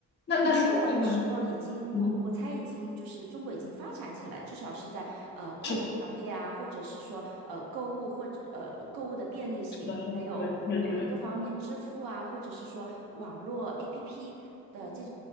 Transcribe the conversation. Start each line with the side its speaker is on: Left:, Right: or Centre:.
Left: 那那说到这个，
Right: 那你出国的时候已经，我我猜已经就是中国已经发展起来，
Left: 嗯，
Right: 至少是在呃快递行业啊，
Left: 是的，
Right: 或者是说呃购物或者呃购物的便利性，
Left: 是的，是的，
Right: 还有呃各方面支付啊，
Left: 对对对，
Right: 或者是说网络 APP 的。